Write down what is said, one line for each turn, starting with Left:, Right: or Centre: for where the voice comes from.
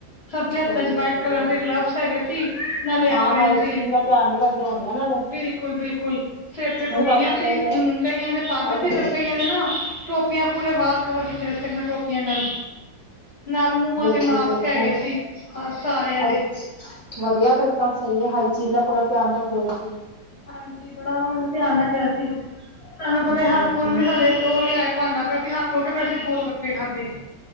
Left: ਸਭ ਦੇ
Right: ਸਹੀ
Left: ਹੱਥਾਂ ਚ
Right: ਹੈ
Left: ਵਾਈਟ
Right: ਵਧੀਆ
Left: ਕਲਰ ਦੇ ਗਲਵਸ ਹੈਗੇ ਸੀ ਨਾਲੇਪਰੇਨ
Right: ਹਾਂ ਹਾਈਜੀਨ
Left: ਸੀ
Right: ਦਾ ਧਿਆਨ ਵੀ ਰੱਖਦੇ ਹੋਣਗੇ ਨਾਲੇ
Left: ਬਿਲਕੁਲ ਬਿਲਕੁਲ ਸਿਰ ਤੇ
Right: ਹੁਣ
Left: ਟੋਪੀਆਂ
Right: ਤੁਹਾਨੂੰ ਪਤਾ
Left: ਸੀ
Right: ਹੀ
Left: ਹ
Right: ਹੈ
Left: ਕਈਆਂ ਦੇ ਪੱਗ
Right: ਅਗਰ
Left: ਸੀ ਤੇ ਕਈਆਂ ਦੇ ਨਾ ਟੋਪ ਪੂਰੇ ਵਾਲਾਲ ਕਵਰ ਕੀਿੱਚ ਰਹੇ ਸੀ ਆਪਣੇ ਟੋਪ ੀਆਂ ਨਾਲ ਨਾਲ ਮੂੰਹਾਂ
Right: ਬਿਲਕੁਲ
Left: ਤੇ ਮਾਸਕ
Right: ਬਿਲਕੁਲ
Left: ਹੈਗੇ ਸੀ ਸਾਰਿਆਂ ਦੇ
Right: ਅੱਛ ਵਧੀਆ ਫਿਰ ਤਾਂ ਸਹੀ ਹੈ ਹਾਈਜੀਨ ਦਾ ਪੂਰਾ ਧਿਆਨ ਰੱਖਦੇ ਰਸੀਂ
Left: ਹਾਂਜੀ ਬੜਾ ਉਹ ਧਿਆਨ ਰੱਖਿਆ ਦਾ ਸੀ ਸਾਨੂੰ
Right: ਤੁਸੀਂ
Left: ਪਹਿਲੇ ਹੱਥ
Right: ਜੀ ਜੀ
Left: ਨੀ ਸਾਡੇ ਉਹ ਲਿਆਏ ਭਾਂਡਾ ਪਿਰ ਅਂ ਹੱਥ ਧ ਕੇ ਫੇਿਰ ਅਸੀਂ ਗੋਲ ਗੱਪੇ ਖਾਧੇ